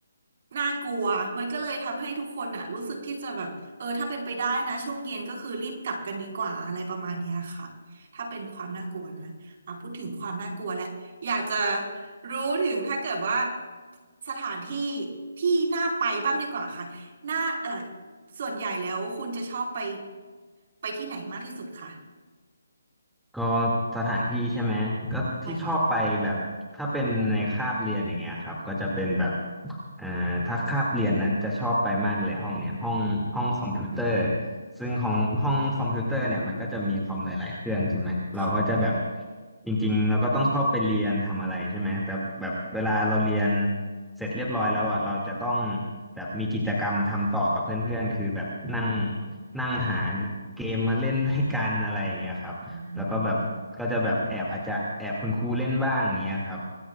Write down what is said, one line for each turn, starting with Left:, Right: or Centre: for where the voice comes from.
Right: น่ากลัวมันก็เลยทำให้ทุกคนอ่ะรู้สึกที่จะแบบเออถ้าเป็นไปได้นะช่วงเย็นก็คือรีบกลับกันดีกว่าอะไรประมาณเนี้ยค่ะถ้าเป็นความน่ากลัวนะอ่ะพูดถึงความน่ากลัวแหละอยากจะรู้ถึงถ้าเกิดว่าสถานที่ที่น่าไปบ้างดีกว่าค่ะน่าเออส่วนใหญ่แล้วคุณจะชอบไปไปที่ไหนมากที่สุดคะ
Centre: ก็สถานที่ใช่ไหมก็ที่ชอบไปแบบถ้าเป็นในคาบเรียนอย่างเงี้ยครับก็จะเป็นแบบ
Right: ใช่ค่ะ
Centre: อ่าถ้าคาบเรียนนะจะชอบไปมากเลยห้องเนี่ยห้องห้องคอมพิวเตอร์ซึ่งของห้องคอมพิวเตอร์เนี่ยมันก็จะมีคอมหลายๆเครื่องใช่ไหมเราก็จะแบบ
Right: ค่ะ
Centre: จริงๆเราก็ต้องเข้าไปเรียนทำอะไรใช่ไหมแต่แบบเวลาเราเรียนเสร็จเรียบร้อยแล้วอ่ะเราจะต้องแบบมีกิจกรรมทำต่อกับเพื่อนๆคือแบบนั่งนั่งหาเกมมาเล่นด้วยกันอะไรอย่างเงี้ยครับ
Right: อื
Centre: แล้วก็แบบก็จะแบบแอบอาจจะแอบคุณครูเล่นบ้างอย่างเงี้ยครับ
Right: ม